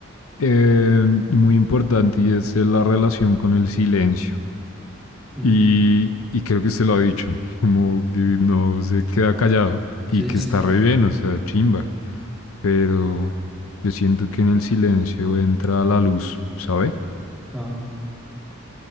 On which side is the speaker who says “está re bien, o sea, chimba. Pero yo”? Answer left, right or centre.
Left